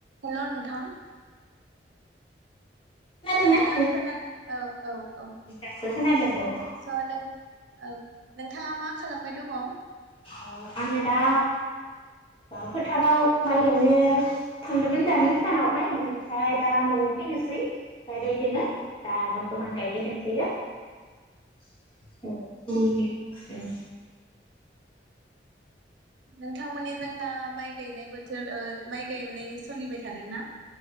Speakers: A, on the right; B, on the left.
A: हेल नोंथां
B: खोनादोंना
A: नोंथाङा
B: नों
A: खोनानो औ औ औ
B: दासो खोनादों औ
A: स नों औ नोंथाङा मा खालामबाय दंङ
B: अ आङो दा फोथाराव माइ गायनो थांदोंमोन दानि सानावहाय बेनिफ्राय दा नआव फैनोसै गायबाय दोङो । दा बरथमान गायबाय दोंसोयो । <unintelligible> ए
A: नोंथांमोननि जों दा माइ गायनाय बोथोर ओ माइ गायनाय सोलिबाय थादोंना?